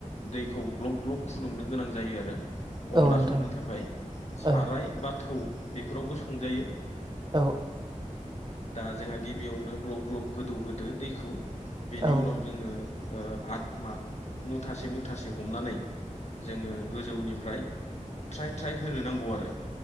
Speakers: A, on the left; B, on the right.
A: दैखौ ग्लब ग्लब फुदुंनो गोनां जायो आरो अनला
B: औ नोंथां
A: संनो थाखाय साराय
B: औ
A: बा थौ बेफोरावबो संजायो
B: औ
A: दा जोंहा गिबियावनो ग्लब ग्लब गोदौहोदो दैखौ बेनि
B: औ
A: उनाव जोङो आ मा मुथासे मुथासे हमनानै जोङो गोजौनिफ्राय ट्राय ट्राय होनो नांगौ आरो